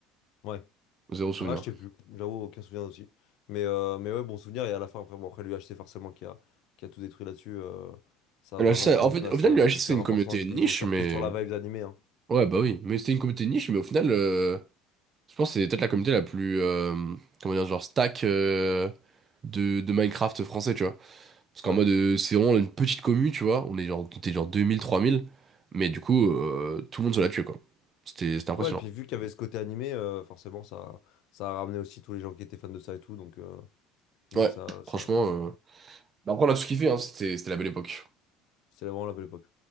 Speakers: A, on the left; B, on the right.
A: Ouais,
B: zéro souvenir.
A: ouais, je sais plus. J'avoue, aucun souvenir aussi. Mais, euh, mais ouais, bon souvenir. Et à la fin, après, bon, après l'UHC, forcément, qui a, qui a tout détruit là-dessus, euh, ça
B: Alors,
A: a vraiment
B: ça,
A: pris
B: en
A: une
B: fait,
A: place
B: au final,
A: euh,
B: le HC,
A: hyper
B: c'est une
A: importante.
B: communauté
A: Puis
B: niche,
A: ils ont surfé
B: mais...
A: sur la vibe animée. hein.
B: Ouais, bah oui, mais c'était une communauté niche, mais au final, euh, je pense que c'est peut-être la communauté la plus, euh, comment dire, genre stack euh, de, de Minecraft français, tu vois. Parce qu'en
A: Ouais.
B: mode, euh, c'est vraiment une petite commune, tu vois. On est genre, t'es genre 2000, 3000. Mais du coup, euh, tout le monde se l'a tué, quoi. C'était c'était impressionnant.
A: Ouais, puis vu qu'il y avait ce côté animé, euh, forcément, ça, ça a ramené aussi tous les gens qui étaient fans de ça et tout. Donc, euh, donc
B: Ouais,
A: ça, ça,
B: franchement.
A: ça,
B: euh, bah après, on a tout kiffé, hein. C'était c'était la belle époque.
A: c'est vraiment la belle époque.